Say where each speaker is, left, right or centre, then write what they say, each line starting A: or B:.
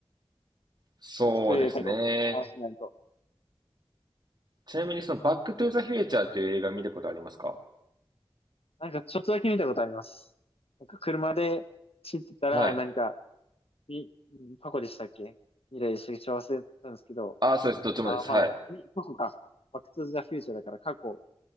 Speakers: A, on the right; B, on the left.
A: そうですね。
B: 作れるかどうかっていう話になると。
A: ちなみにそのバックトゥーザフューチャーっていう映画見たことありますか
B: なんかちょっとだけ見たことあります。なんか車で走ってたら、
A: はい。
B: なんか、み、過去でしたっけ未来でしたっけ忘れたんですけど、
A: ああ、そうです。どっちもです。
B: あー、まあ、
A: はい。
B: み過去か。バックトゥザフューチャーだから過去、